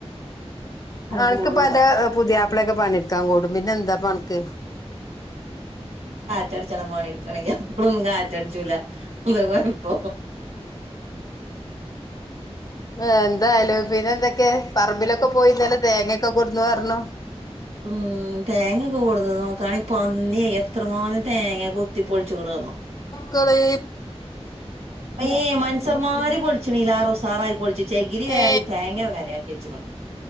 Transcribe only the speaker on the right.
കൂടൂല
റ്റ അട്‌ച്ചെരാൻ പണി ക്കണെങ്കി എപ്പളെന്നും കാറ്റടിച്ചൂലാ അതാ കൊയപ്പം
ഉം തേങ്ങ ഒക്കെ കൊട്ന്നു നോക്കാണി പന്നിയെ എത്രങ്ങാനും തേങ്ങേ കൊത്തിപ്പൊളിച്ച്ക്ക്‌ണെന്നോ
അയ്യേ മൻസന്മാര് പൊളിച്ച്ണെയ്ലേറെ ഉസാറായി പൊളിച്ച് ചെകിരി വേറിം
തേങ്ങ വേറിം ആക്കിയെച്ച്ക്ക്‌ണ്